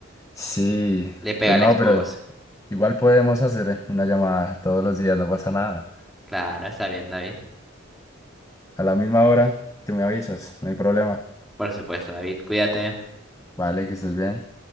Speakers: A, on the left (about 15°); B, in the centre.
A: Sí,
B: Le pega
A: pues
B: a
A: no,
B: la esposa.
A: pero igual podemos hacer una llamada todos los días, no pasa nada.
B: Claro, está bien, David.
A: A la misma hora, tú me avisas, no hay problema.
B: Por supuesto, David. Cuídate.
A: Vale, que estés bien.